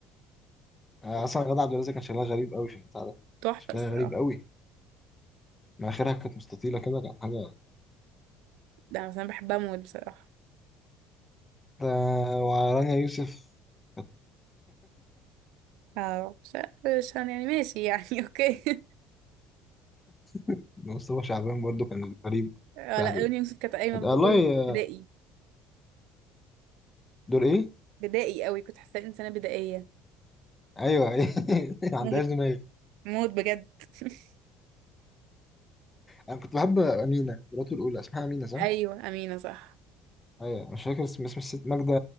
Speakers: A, on the left (about 15°); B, on the right (about 80°).
A: آه، اصلا غادة عبد الرازق كان شكلها غريب قوي في البتاع ده
B: تحفة
A: شكلها
B: الصراحة
A: غريب قوي مناخيرها كانت مستطيله كده كان حاجه
B: ده انا مثلا بحبها موت بصراحة
A: ده ورانيا يوسف كانت
B: اه مش مش هن- يعني ماشي يعني <laughs> اوكي
A: <laughs> مصطفى شعبان برضو كان غريب
B: اه
A: بتاع
B: لا
A: ده
B: رانيا يوسف كانت قايمة
A: كانت-
B: بدور
A: آه، والله
B: بدائي
A: آه، دور ايه
B: بدائي قوي كنت حاساها انسانة بدائية
A: ايوه ايه <laughs> ما عندهاش
B: موت
A: دماغ
B: موت بجد <laughs>
A: انا كنت بحب امينه مراته الاولى اسمها امينه صح
B: ايوه امينة صح
A: ايوه مش فاكر اسم اسم الست ماجده